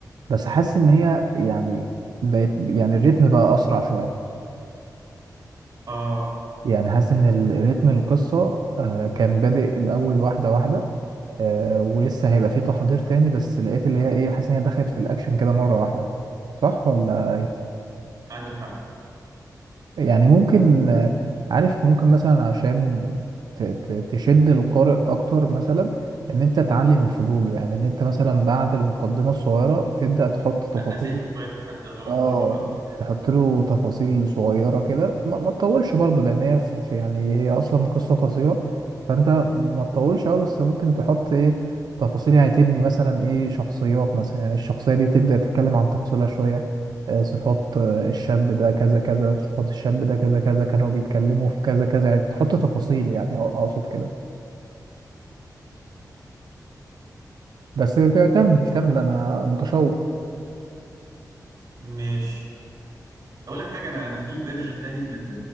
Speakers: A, on the right (about 80°); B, on the right (about 50°).
A: بس حاسس ان هي يعني بقت يعني الريتم بقى اسرع شويه
B: اه
A: يعني حاسس ان ال- الريتم القصه آه كان بادئ الاول واحده واحده آه ولسه هيبقى في تحضير تاني بس لقيت اللي هي ايه حاسس ان هي دخلت في الاكشن كده مرة واحدة صح ولا ايه
B: عندك حق
A: يعني ممكن آه، عارف ممكن مثلا عشان ت- ت- تشد القارئ اكتر مثلا ان انت تعلي من فضوله يعني ان انت مثلا بعد المقدمة الصغيرة تبدأ تحط تفاصيل
B: أزله شوية لحد ما
A: اه
B: أقوله على اللي بيحصل.
A: تحط له تفاصيل صغيرة كده ما, ما تطولش برضو لان هي في في- يعني هي اصلا قصة قصيرة فانت ما تطولش قوي بس ممكن تحط ايه تفاصيل يعني تبني مثلا ايه شخصيات مثلا يعني الشخصية دي تبدأ تتكلم عن تفاصيلها شوية آه، صفات آه، الشاب ده كذا كذا صفات الشاب ده كذا كذا كانوا بيتكلموا في كذا كذا يعني تحط تفاصيل يعني أ- اقصد كده بس ك- كمل كمل انا متشوق
B: ماشي اقول لك حاجه انا انا في فيرجن تاني من